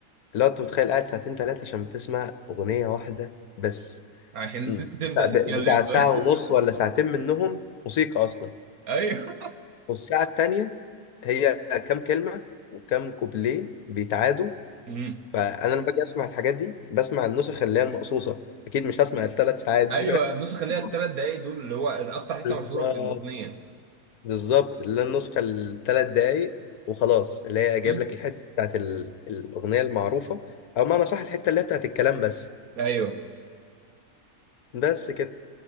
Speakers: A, on the left (about 70°); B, on the right (about 70°).
A: اللي هو أنت متخيل قاعد ساعتين ثلاثة عشان بتسمع أغنية واحدة بس
B: عشان الست تبدا
A: بتاع
B: تتكلم
A: بتاع ساعة
B: <laughs>
A: ونص ولا ساعتين منهم موسيقى أصلا
B: ايوه
A: والساعة التانية هي كام كلمة وكام كوبليه بيتعادوا
B: مم.
A: فأنا لما باجي أسمع الحاجات دي بسمع النسخ اللي هي المقصوصة أكيد مش هسمع الثلاث ساعات دي
B: ايوه
A: بقى.
B: النسخ اللي
A: <laughs>
B: هي الثلاث دقايق دول اللي هو اكتر حته
A: بالظبط
B: مشهوره في الاغنيه
A: بالظبط اللي هي النسخة الثلاث دقايق وخلاص اللي هي جايب
B: مم.
A: لك الحتة بتاعت ال- الأغنية المعروفة أو معنى صح الحتة اللي هي بتاعت الكلام بس
B: ايوه
A: بس كده